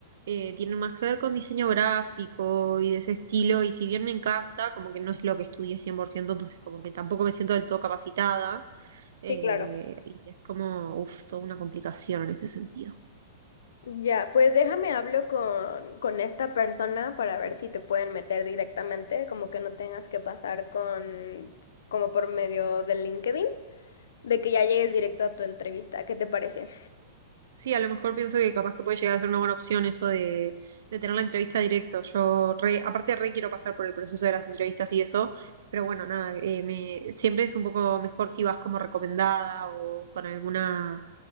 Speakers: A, on the right; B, on the left.
A: eh, tienen más que ver con diseño gráfico y de ese estilo, y si bien me encanta, como que no es lo que estudié 100%, entonces como que tampoco me siento del todo capacitada, eh,
B: Sí, claro.
A: y es como, uff, toda una complicación en este sentido.
B: Ya, pues déjame hablo con, con esta persona para ver si te pueden meter directamente, como que no tengas que pasar con, como por medio del LinkedIn, de que ya llegues directo a tu entrevista. ¿Qué te parece?
A: Sí, a lo mejor pienso que capaz que puede llegar a ser una buena opción eso de, de tener la entrevista directo. Yo re, aparte re quiero pasar por el proceso de las entrevistas y eso, pero bueno, nada, eh, me, siempre es un poco mejor si vas como recomendada o con alguna,